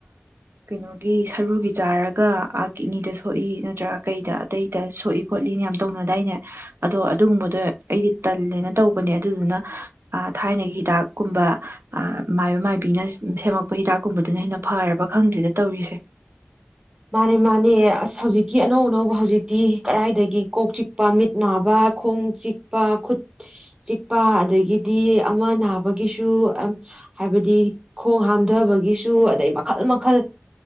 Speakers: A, on the right (about 75°); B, on the right (about 20°).
A: ꯀꯩꯅꯣꯒꯤ ꯁꯔꯨꯒꯤ ꯆꯥꯔꯒ ꯀꯤꯠꯅꯤꯗ ꯁꯣꯛꯏ ꯅꯠꯇ꯭ꯔꯒ ꯀꯩꯗ ꯑꯇꯩꯗ ꯁꯣꯛꯏ ꯈꯣꯠꯂꯤꯅ ꯌꯥꯝ ꯇꯧꯅꯗꯥꯏꯅꯦ ꯑꯗꯣ ꯑꯗꯨꯒꯨꯝꯕꯗ ꯑꯗꯣ ꯑꯩꯗꯤ ꯇꯜꯂꯦꯅ ꯇꯧꯕꯅꯦ ꯑꯗꯨꯗꯨꯅ ꯊꯥꯏꯅꯒꯤ ꯍꯤꯗꯥꯛꯀꯨꯝꯕ ꯃꯥꯏꯕ ꯃꯥꯏꯕꯤꯅ ꯁꯦꯝꯃꯛꯄ ꯍꯤꯗꯥꯛ ꯒꯨꯝꯕꯗꯨꯅ ꯍꯦꯟꯅ ꯐꯔꯕ ꯈꯪꯗꯦꯗ ꯇꯧꯔꯤꯁꯦ
B: ꯃꯥꯅꯦ ꯃꯥꯅꯦ ꯑꯁ ꯍꯧꯖꯤꯛꯀꯤ ꯑꯅꯧ ꯑꯅꯧꯕ ꯍꯧꯖꯤꯛꯇꯤ ꯀꯗꯥꯏꯗꯒꯤ ꯀꯣꯛ ꯆꯤꯛꯄ ꯃꯤꯠ ꯅꯥꯕ ꯈꯣꯡ ꯆꯤꯛꯄ ꯈꯨꯠ ꯆꯤꯛꯄ ꯑꯗꯒꯤꯗꯤ ꯑꯃ ꯅꯥꯕꯒꯤꯁꯨ ꯍꯥꯏꯕꯗꯤ ꯈꯣꯡ ꯍꯥꯝꯊꯕꯒꯤꯁꯨ ꯑꯗꯩ ꯃꯈꯜ ꯃꯈꯜ